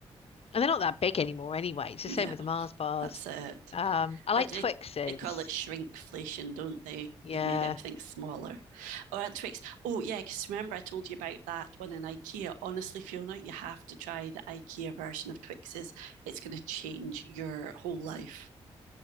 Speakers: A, on the left; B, on the right.
A: And they're not that big anymore anyway. It's the
B: Yeah,
A: same with the Mars bars.
B: that's it.
A: Um, I like
B: what do
A: Twixes.
B: they they call it shrinkflation, don't they?
A: Yeah.
B: They've made everything smaller. Or Twix. Oh yeah, because remember I told you about that one in IKEA. Honestly, Fiona, you have to try the IKEA version of Twixes. It's going to change your whole life.